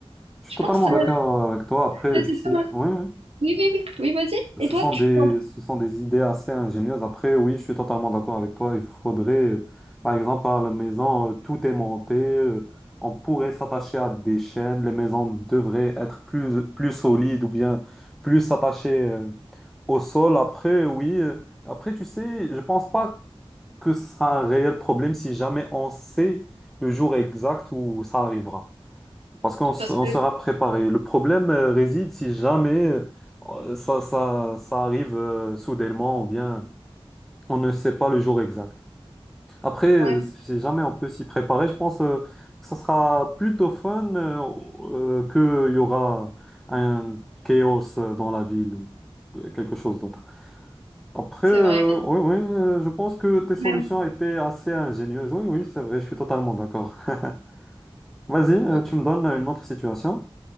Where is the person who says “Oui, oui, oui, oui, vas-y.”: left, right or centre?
Right